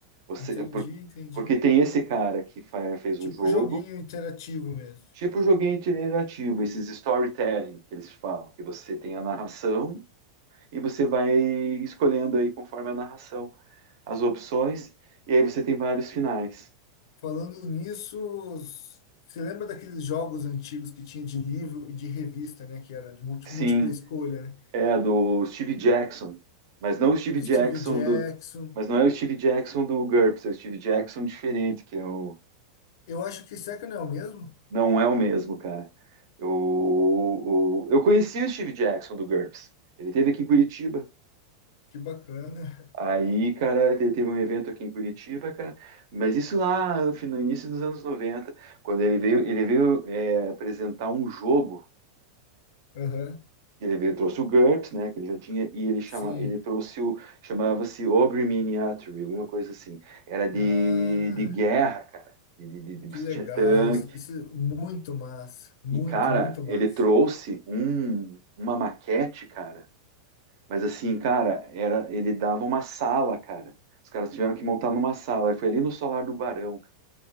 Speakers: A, on the right (about 60°); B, on the left (about 70°).
A: Você,
B: entendi,
A: porque,
B: entendi.
A: porque tem esse cara que fa- fez
B: Tipo
A: o jogo.
B: um joguinho interativo mesmo.
A: Tipo joguinho iterativo, esses storytelling que eles falam, que você tem a narração e você vai escolhendo aí conforme a narração as opções e aí você tem vários finais.
B: Falando nisso, s- você lembra daqueles jogos antigos que tinha de livro e de revista, né? Que era de múlti-
A: Sim,
B: múltipla escolha, né?
A: é do Steve Jackson, mas não o Steve
B: Do
A: Jackson
B: Steve Jackson.
A: do, mas não é o Steve Jackson do GURPS, é o Steve Jackson diferente, que é o,
B: Eu acho que Second é o mesmo?
A: não é o mesmo, cara. Eu, eu, eu conheci o Steve Jackson do GURPS. Ele esteve aqui em Curitiba.
B: Que bacana.
A: Aí, cara, te- teve um evento aqui em Curitiba, cara, mas isso lá no fin- no início dos anos 90, quando ele veio, ele veio é, apresentar um jogo,
B: <laughs> Aham,
A: ele veio, trouxe o GURPS, né, que ele já tinha, e ele chama,
B: Sim.
A: ele trouxe o, chamava-se Ogre Miniature, alguma coisa assim, era de,
B: Ah,
A: de guerra, cara, de, de- de- de-
B: que
A: você
B: legal.
A: tinha tanque,
B: Isso, isso é muito massa. Muito,
A: e, cara,
B: muito
A: ele
B: massa.
A: trouxe um, uma maquete, cara, Mas assim, cara, era, ele dava uma sala, cara. Os caras tiveram que montar numa sala. Aí Foi ali no solar do Barão, cara.